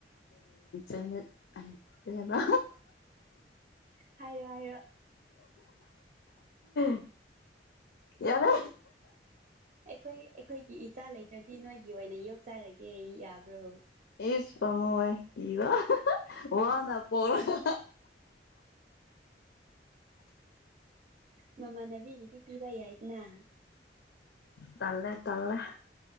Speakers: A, on the left (about 75°); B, on the right (about 45°).
A: ꯀꯔꯤ ꯍꯥꯏꯕ
B: ꯍꯥꯏꯔꯣ ꯍꯥꯏꯔꯣ
A: <unintelligible> ꯌꯥꯔꯦ
B: ꯑꯩꯈꯣꯏ ꯑꯩꯈꯣꯏꯒꯤ ꯏꯆꯥ ꯂꯩꯇ꯭ꯔꯗꯤ ꯅꯣꯏꯒꯤ ꯑꯣꯏꯅ ꯌꯣꯛꯆꯔꯒꯦ ꯌꯥꯕ꯭ꯔꯣ
A: ꯏꯁ ꯄꯥꯃꯨꯋꯦ ꯄꯤꯕ ꯋꯥꯅ ꯄꫭꯛꯔꯒ
B: ꯅꯥꯃꯥꯟꯅꯥꯕꯤꯒꯤꯗꯤ ꯄꯤꯕꯥ ꯌꯥꯏꯗꯥꯅ
A: ꯇꯜꯂꯦ ꯇꯜꯂꯦ